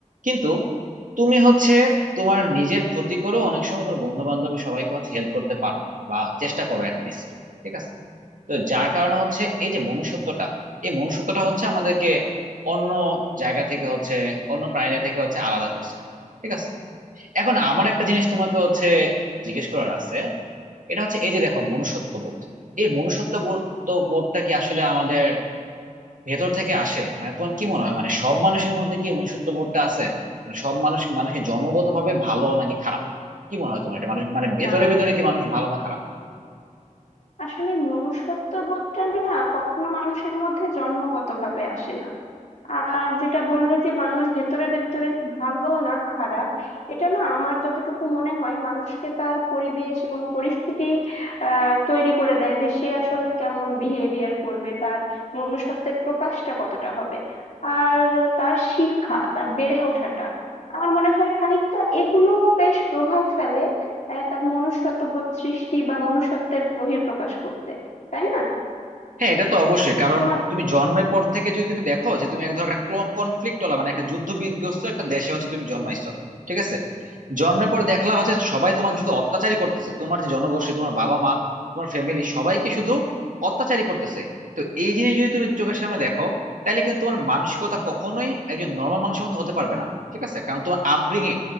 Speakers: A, on the right; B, on the left.
A: কিন্তু তুমি হচ্ছে তোমার নিজের ক্ষতি করো অনেক সময় তোমার বন্ধু বান্ধবের সবাইকে হচ্ছে হেল্প করতে পারো বা চেষ্টা করো অ্যাটলিস্ট ঠিক আছে তো যার কারণে হচ্ছে এই যে মনুষ্যত্বটা এই মনুষ্যত্বটা হচ্ছে আমাদেরকে অন্য জায়গা থেকে হচ্ছে অন্য প্রাণীদের থেকে হচ্ছে আলাদা করছে ঠিক আছে এখন আমার একটা জিনিস তোমাকে হচ্ছে জিজ্ঞেস করার আছে এটা হচ্ছে এই যে দেখো মনুষ্যত্ববোধ এই মনুষ্যত্ববোধ তো বোধটা কি আসলে আমাদের ভেতর থেকে আসে মানে তোমার কি মনে হয় মানে সব মানুষের মধ্যে কি মনুষ্যত্ববোধটা আছে মানে সব মানুষ মানুষকে জন্মগতভাবে ভালো নাকি খারাপ কি মনে হয় তোমার এটা মানুষ মানে ভেতরে
B: না
A: ভেতরে কি মানুষ ভালো না খারাপ
B: আসলে মনুষ্যত্ব বোধটা না কখনো মানুষের মধ্যে জন্মগতভাবে আসে না আর যেটা বললে যে মানুষ ভেতরে ভেতরে ভালো না খারাপ এটা না আমার যতটুকু মনে হয় মানুষকে তার পরিবেশ এবং পরিস্থিতি আহ, তৈরি করে দেয় যে সে আসলে কেমন বিহেভিয়ার করবে তার মনুষ্যত্বের প্রকাশটা কতটা হবে আর তার শিক্ষা তার বেড়ে ওঠাটা আমার মনে হয় খানিকটা এগুলো বেশ প্রভাব ফেলে আহ, তার মনুষ্যত্ববোধ সৃষ্টি বা মনুষ্যত্বের বহিঃপ্রকাশ করতে তাই না
A: হ্যাঁ এটা তো অবশ্যই কারণ
B: তোমার
A: তুমি জন্মের পর থেকে যদি তুমি দেখো যে তুমি এক ধর একটা কনফ্লিক্ট ওলা মানে একটা যুদ্ধ বিধ্বস্ত একটা দেশে হচ্ছে তুমি জন্মাইছো ঠিক আছে জন্মের পর দেখলা হচ্ছে সবাই তোমাকে শুধু অত্যাচারই করতেছে তোমার যে জনগোষ্ঠী তোমার বাবা মা তোমার ফ্যামিলি সবাইকে শুধু অত্যাচারই করতেছে তো এই জিনিস যদি তুমি চোখের সামনে দেখো তাহলে কিন্তু তোমার মানসিকতা কখনোই একজন নর্মাল মানুষের মতো হতে পারবে না ঠিক আছে কারণ তোমার আপব্রিঙিং